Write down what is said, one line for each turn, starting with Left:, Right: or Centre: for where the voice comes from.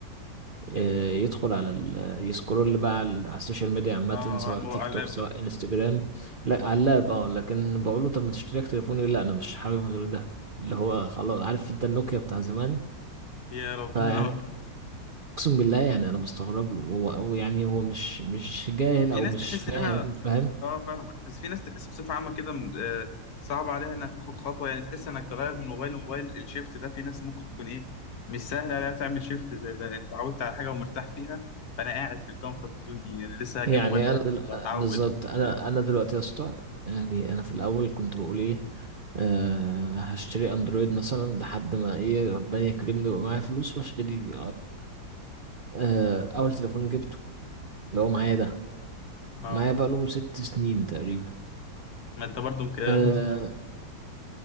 Right: آه، يدخل على ال... يسكرول بقى على على السوشيال ميديا عامة
Left: اه
Right: سواء
Left: على المو...
Right: تيك
Left: على
Right: توك
Left: اللاب
Right: سواء انستجرام لا على اللاب اه لكن بقول له طب ما تشتري تليفون يقول لي لا انا مش حابب غير ده اللي هو خلاص عارف انت النوكيا بتاع زمان
Left: يا ربنا
Right: فيعني اقسم بالله يعني انا بستغرب له هو هو يعني هو مش مش جاهل
Left: <laughs> في
Right: او
Left: ناس
Right: مش
Left: تحس
Right: فاهم
Left: انها
Right: فاهم
Left: اه فاهمك بس في ناس تحس بصفة عامة كده م- آه، صعب عليها انها تاخد خطوة يعني تحس انك تغير من موبايل لموبايل الشيفت ده في ناس ممكن تكون ايه مش سهل عليها تعمل شيفت زي ده لأن اتعودت على حاجة ومرتاح فيها فانا قاعد في الكومفورت زون دي يعني لسه هجيب
Right: يعني
Left: موبايل خط
Right: انا دل... آه،
Left: واتعود
Right: بالظبط انا انا دلوقتي يا اسطى يعني انا في الاول كنت بقول ايه آه، هشتري اندرويد مثلا لحد ما ايه ربنا يكرمني ويبقى معايا فلوس واشتري آه، اول تليفون جبته اللي هو معايا ده
Left: اه
Right: معايا بقاله ست سنين تقريبا
Left: ما انت برضو مك...
Right: آه،
Left: <laughs>